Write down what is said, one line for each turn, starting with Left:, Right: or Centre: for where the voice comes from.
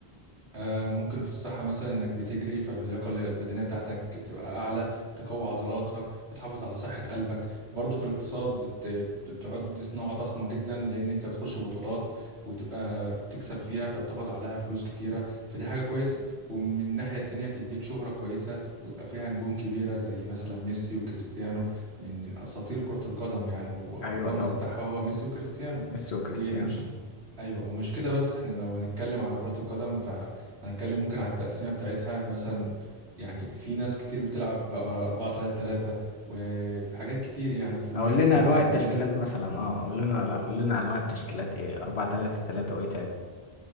Right: آه، ممكن في الصحة مثلا إنك بتجري فاللياقة البدنية بتاعتك بتبقى أعلى بتقوي عضلاتك بتحافظ على صحة قلبك برضه في الاقتصاد بت... بت- بتعد دي صناعة ضخمة جدا لأن أنت بتخش بطولات وتبقى بتكسب فيها فبتاخد عليها فلوس كتيرة فدي حاجة كويسة ومن الناحية التانية بتديك شهرة كويسة ويبقى فيها نجوم كبيرة زي مثلا ميسي وكريستيانو من أساطير كرة القدم يعني والرمز
Left: أيوه طبعا
Right: بتاعها هو ميسي وكريستيانو
Left: ميسي وكريستيانو
Right: ومش ايوه ومش كده بس احنا لو هنتكلم على كرة القدم فهنتكلم ممكن على التقسيمة بتاعتها مثلا يعني في ناس كتير بتلعب ب 4 3 3 وفي حاجات كتير يعني في المراكز
Left: اقول لنا
Right: مثلا
Left: انواع التشكيلات
Right: عندنا
Left: مثلا اه قول لنا لا قول لنا انواع التشكيلات ايه 4 3 3 وايه تاني